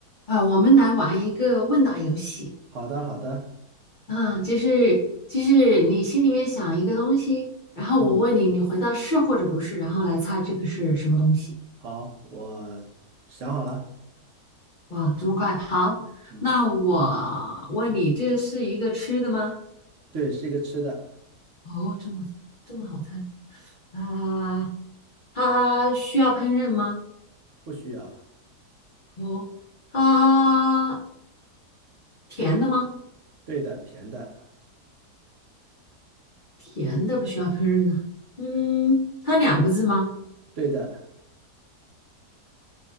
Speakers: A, on the left; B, on the right.
A: 啊，我们来玩一个问答游戏。
B: 好的，好的，
A: 嗯，就是就是你心里面想一个东西，然后我问你，
B: 嗯，
A: 你回答是或者不是，然后来猜这个是什么东西。
B: 好，我想好了，
A: 哇，这么快！好，
B: 嗯，
A: 那我问你，这是一个吃的吗？
B: 对，是一个吃的，
A: 哦，这么这么好猜啊？它需要烹饪吗？
B: 不需要，
A: 哦，啊，甜的吗？
B: 对的，甜的，
A: 甜的不需要烹饪呢。嗯，它两个字吗？
B: 对的，